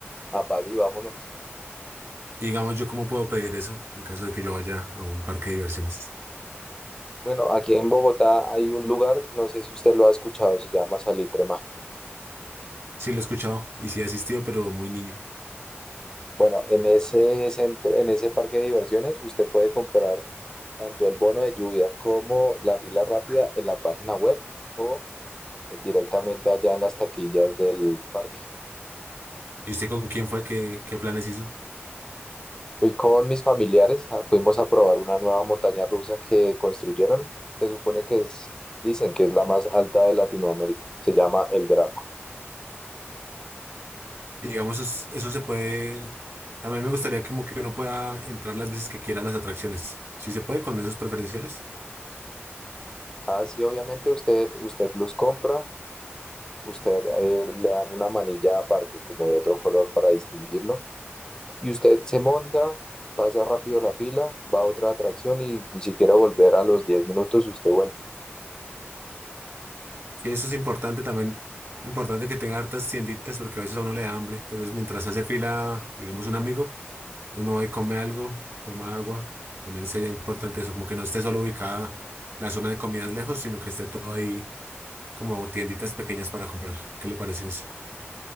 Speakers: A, on the left; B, on the right.
A: apague y vámonos.
B: Y digamos, ¿yo cómo puedo pedir eso en caso de que yo vaya a un parque de diversiones?
A: Bueno, aquí en Bogotá hay un lugar, no sé si usted lo ha escuchado, se llama Salitre Mágico.
B: Sí lo he escuchado y sí he asistido, pero muy niño.
A: Bueno, en ese centro, en ese parque de diversiones usted puede comprar tanto el bono de lluvia como la fila rápida en la página web o eh, directamente allá en las taquillas del parque.
B: ¿Y usted con quién fue? ¿Qué, qué planes hizo?
A: Fui con mis familiares, ah, fuimos a probar una nueva montaña rusa que construyeron. Se supone que es, dicen que es la más alta de Latinoamérica. Se llama el Draco.
B: Y digamos, eso, eso se puede... También me gustaría como que uno pueda entrar las veces que quiera a las atracciones. Si se puede con esos preferenciales.
A: Así obviamente usted, usted los compra, usted eh, le dan una manilla aparte, como de otro color para distinguirlo. Y usted se monta, pasa rápido la fila, va a otra atracción y ni siquiera volver a los 10 minutos, usted vuelve.
B: Y eso es importante también. Importante que tenga hartas tienditas porque a veces a uno le da hambre. Entonces, mientras hace fila, digamos, un amigo. Uno va y come algo, toma agua. También sería importante eso, como que no esté solo ubicada la zona de comidas lejos, sino que esté todo ahí como tienditas pequeñas para comprar. ¿Qué le parece eso?